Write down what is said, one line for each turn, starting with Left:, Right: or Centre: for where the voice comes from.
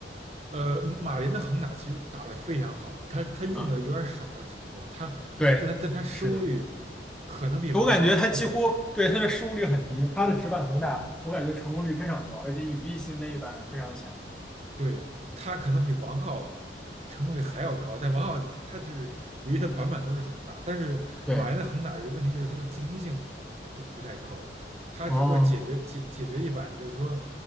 Right: 呃，马林的横打其实打得非常好的，他他用的有点少，
Centre: 啊，
Right: 只不过他，
Centre: 对，
Right: 但他但他失误率
Centre: 是的，
Right: 可能比王浩还要
Centre: 我感觉他几乎对他的失误率很低，他的直板恒大，我感觉成功率非常高，而且隐蔽性那一板非常强。
Right: 对，他可能比王浩成功率还要高，但王浩他他是由于他板板都是横打，但是马云的横打有一个问题就是他的进攻性不不太高，
Centre: 对，
Right: 他只不过解决解解决一板，
Centre: 哦，
Right: 就是说